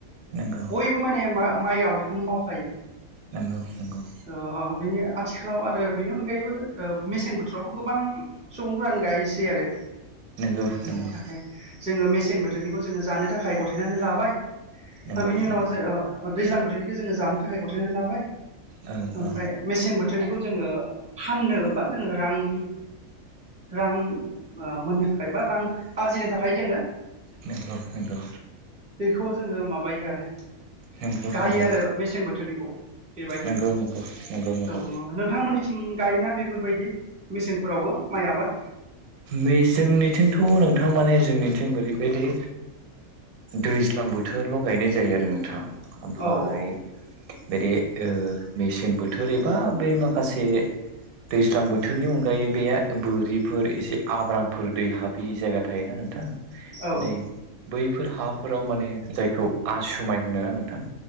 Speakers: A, on the right; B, in the centre.
A: नंगौ
B: बयबो माने माइ आबादखौनो मावखायो।
A: नंगौ नंगौ।
B: बेनि आथिखालाव आरो बेनि अनगायैबो मेसें बोथोरावबो गोबां सुबुंफोरानो गायसै आरो
A: नंगौ नंगौ
B: मानि थाखाय जोङो मेसें बोथोरनिखौ जोङो जानो थाखाय गथायनानै लाबाय
A: नंगौ
B: आरो बेनि उनाव
A: नंगौ
B: जे अ दैज्लां बोथोरनिखौ जोङो जानो थाखाय गथायनानै लाबाय
A: औ
B: ओमफ्राय
A: औ
B: मेसें बोथोरनिखौ जोङो फाननो बा जोङो रांनि रां मोननो थाखाय बा रां आरजिनो थाखाय जोङो
A: नंगौ नंगौ।
B: बेखौ जोङो माबायो आरो
A: नंगौ
B: गायो
A: नंगौ
B: आरो मेसें बोथोरनिखौ बेबायदिनो।
A: नंगौ नंगौ नंगौ
B: औ नोंथांमोननि थिं गायोना बेफोरबायदि मेसेंफोरावबो? माइ आबाद
A: मे जोंनिथिंथ' नोंथां माने जोंनिथिं ओरैबायदि दैज्लां बोथोरल' गायनाय जायो आरो नोंथां ओमफाय
B: औ औ
A: बेदि मेसें बोथोर एबा बे माखासे दैज्लां बोथोरनि अनगायै बे बोरिफोर एसे आब्रांफोर दै हाबै जायगा थायोना नोंथां
B: औ
A: नै। बैफोर हाफोराव माने जायखौ आसुमाय होनो ना नोंथां?